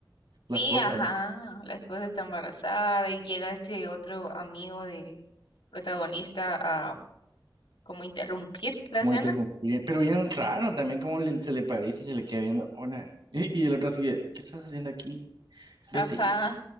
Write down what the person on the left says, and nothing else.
sí,
ajá,
la esposa está embarazada y llega este otro amigo del protagonista a como interrumpir la
escena.
Ajá,